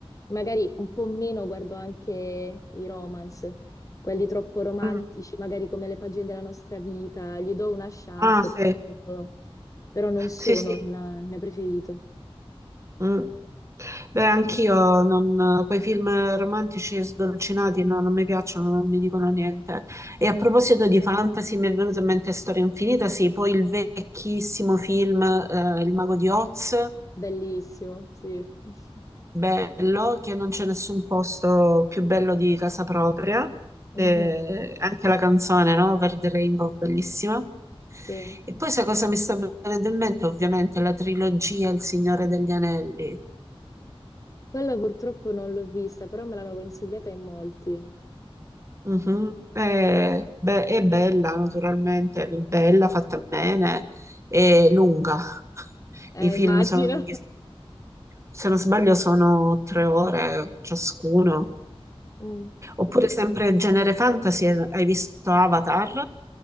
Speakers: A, on the left (about 35°); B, on the right (about 30°).
A: magari un po' meno guardo anche i romance, quelli troppo romantici,
B: Mm.
A: magari come le pagine della nostra vita. Gli do una chance,
B: Ah, sì.
A: però però non sono
B: Sì, sì.
A: il il mio preferito.
B: Mm. Beh, anch'io non, quei film romantici e sdolcinati no, non mi piacciono, non mi dicono niente. E a
A: Mm,
B: proposito di fantasy, mi è venuta in mente Storia Infinita, sì, poi il vecchissimo film eh, Il Mago di Oz,
A: bellissimo, sì. <laughs>
B: bello, che non c'è nessun posto più bello di casa propria. Eh,
A: Mhm,
B: anche la canzone, no? Verde Rainbow, bellissima.
A: sì.
B: E poi sai cosa mi sta venendo in mente? Ovviamente la trilogia Il Signore degli Anelli.
A: Quella purtroppo non l'ho vista, però me l'hanno consigliata in molti.
B: Mhm. È, be- è bella, naturalmente, è bella, fatta bene, è lunga. <laughs>
A: Eh,
B: I film
A: immagino.
B: sono lunghi,
A: <laughs>
B: se non sbaglio sono tre ore ciascuno.
A: Mm.
B: Oppure sempre genere fantasy, hai visto Avatar?